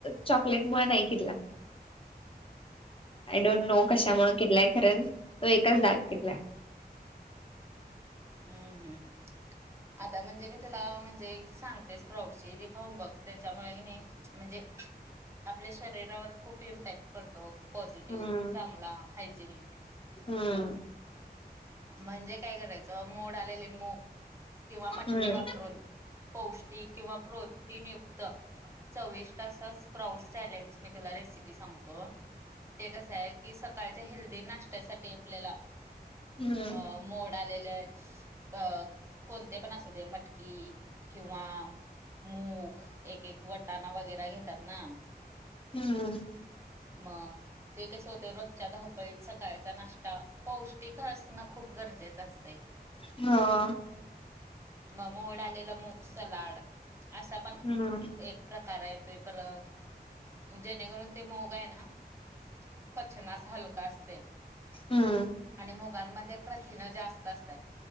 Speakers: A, on the left; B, on the right.
A: चॉकलेट मुळं नाही किल्ला. आय डोंट नो कशामुळे केलाय, खरं तो एकच दाट केलाय.
B: हम्म हम्, आता म्हणजे मी तुला म्हणजे सांगते, स्प्रउटसऽ ते जे खाऊन बघ त्याच्यामुळे नाही, म्हणजे आपल्या शरीरावर खूप इम्पॅक्टऽ पडतो, पॉझिटिव्ह,
A: हम्म
B: चांगला, हायजेनिक.
A: हम्म
B: म्हणजे काय करायचं, मोड आलेले मूगऽ किंवा मटकी
A: हम्म
B: वापरून पौष्टिक, किंवा प्रोटीन युक्त, चवीष्ट आस स्प्राउट सॅलेड ची, मी तुला रेसिपी सांगतो. ते कसं आहे की, सकाळच्या हेल्दी नाश्त्यासाठी आपल्याला,
A: हम्म
B: अ
A: हम्म
B: मोड आलेलंऽ अ कोणते पण असू दे, मटकी किंवा मूग, एक एक वटाणा वगैरे घेतात ना?
A: हम्म?
B: म ते कसे होते रोजच्या धावपळीत सकाळचा नाश्ता, पौष्टिक हसणं खूप गरजेचं असतंय?
A: हं..
B: मग मोड आलेलं मूग सलाड, असा पण
A: हम्म
B: एक. प्रकार येतो परत जेणेकरून ते मोग आहे ना <unintelligible> पचनास हलका असतय,
A: हम्म
B: आणि मोग प्रथनत असतात